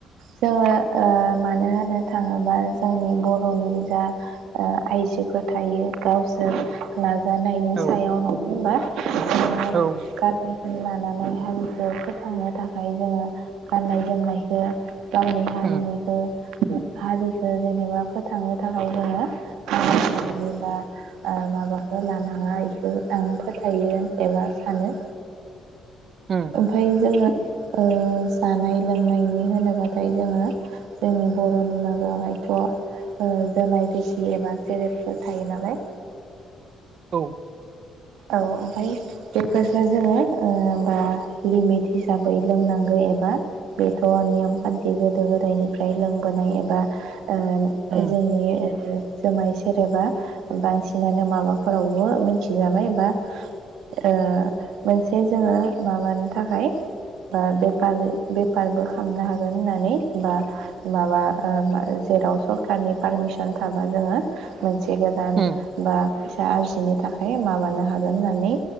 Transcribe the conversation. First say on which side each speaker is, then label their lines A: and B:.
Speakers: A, on the right; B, on the right.
A: जोङो ओ मानो होनो थाङोबा जोंनि बर'नि जा ओ आइजोफोर थायो गावसोर नाज जानायनि
B: औ
A: सायाव नङा होनबा <unintelligible> <unintelligible> <unintelligible>
B: औ
A: लानानै हारिखौ फोथांनो थाखाय जोङो गाननाय जोमनायखो गावनि हारिनिखो
B: उम
A: हारिखो जेनेबा फोथांनो थाखाय जोङो मालाय हारिनि बा ओ माबाखौ लानाङा इखो आं फोथायो एबा सानो
B: उम
A: ओमफाय जोङो ओ जानाय लोंनायनि होनोबाथाय जोङो जोंनि बर'नि माबायावहायथ' ओ जुमाय गिसि एबा सेरेबफोर थायो नालाय
B: औ
A: औ ओमफाय बेफोरसो जोङो ओ बा लिमिट हिसाबै लोंनांगौ एबा बेथ' नियम खान्थि गोदो गोदायनिफ्राय लोंबोनाय एबा ओ
B: उम
A: जोंनि ओ जुमाय सेरेबा बांसिनानो माबाफोरावबो मिथिजाबाय बा ओ मोनसे जोङो माबानो थाखाय ओ बेफार बेफारबो खामनो हागोन होन्नानै बा माबा ओ मा जेराव सरकारनि पारमिसन थाबा जोङो से गोदान
B: उम
A: बा फिसा आरजिनो थाखाय माबानो होन होननानै